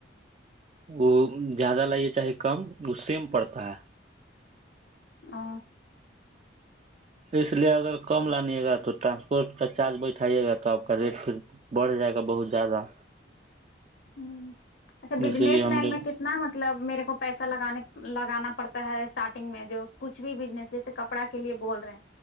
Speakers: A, on the right; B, on the left.
A: وہ زیادہ لائیے چاہے کم وہ سیم پڑتا ہے
B: آ
A: اس لیے اگر کم لانیے گا تو ٹرانسپورٹ کا چارج بیٹھائیے گا تو آپ کا ریٹ پھر بڑھ جائے گا بہت زیادہ
B: ہمم اچھا بجنیس
A: اسی لیے ہم
B: لائن
A: لوگ
B: میں کتنا مط طلب میرے کو پیسہ لگانے لگانا پڑتا ہے اسٹارٹنگ میں جو کچھ بھی بزنس جیسے کپڑا کے لیے بول رہے ہیں